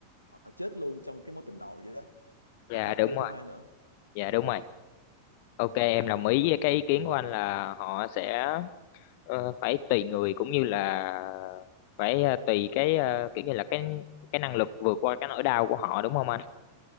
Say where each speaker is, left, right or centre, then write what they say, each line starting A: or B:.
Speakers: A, on the left; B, on the left.
A: họ chết luôn trong cái mối tình đầu vậy đó họ
B: dạ
A: không
B: đúng
A: yêu
B: rồi
A: thêm ai nữa
B: dạ đúng
A: ừ
B: rồi ok em đồng ý với cái ý kiến của anh là họ sẽ ờ, phải tùy người cũng như là phải ờ, tùy cái ờ, kiểu như là cái cái năng lực vượt qua cái nỗi đau của họ đúng không anh